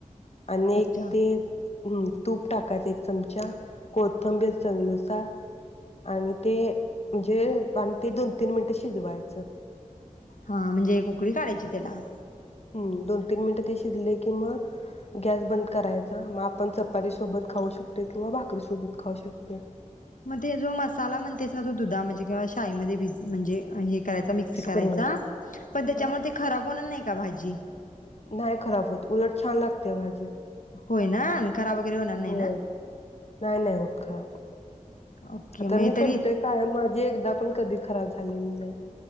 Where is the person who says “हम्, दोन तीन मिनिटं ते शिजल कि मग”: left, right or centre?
Left